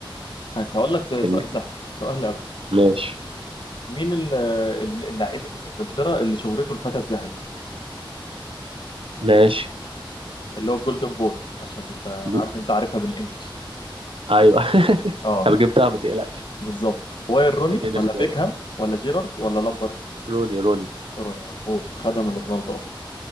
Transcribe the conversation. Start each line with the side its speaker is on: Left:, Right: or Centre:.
Left: ماشي هقول لك س- سؤال
Right: كان
Left: سهل سؤال قوي
Right: ماشي
Left: مين ال- ال- اللاعب اللي في انجلترا اللي شهرته الفتى الذهبي
Right: ماشي
Left: اللي هو الجولدن بوي عشان انت انا
Right: دي-
Left: عارف انت عارفها بالانجلش
Right: ايوه <laughs>
Left: اه
Right: ترجمتها ما تقلقش
Left: بالظبط واير روني
Right: اديني
Left: ولا
Right: اختيارات
Left: بيكهام ولا جيرارد ولا لامبرت
Right: روني روني
Left: روني مظبوط خدها من رونالدو اصلا